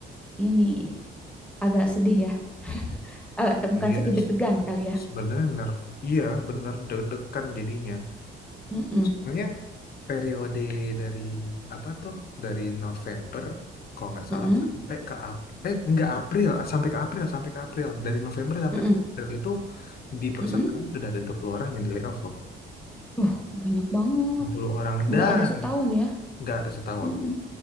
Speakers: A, in the centre; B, on the left.
A: ini agak sedih ya. <laughs> Eh, de- bukan
B: dia
A: sedih deg-degan
B: s-
A: kali ya.
B: sebenarnya nerf, iya benar deg-degan jadinya.
A: Mm-mm.
B: Soalnya. periode dari apa tuh dari November kalau nggak salah
A: Mm-mm.
B: sampai ke Ap- eh nggak April ah, sampai ke April sampai ke April dari November sampai
A: Mm-mm.
B: ke April itu di perusahaan
A: Mm-mm.
B: sudah ada 20 orang yang di layoff loh
A: Uh, banyak banget.
B: dua puluh orang
A: Nggak
B: dan
A: ada setahun ya.
B: nggak ada setahun
A: Mm-mm.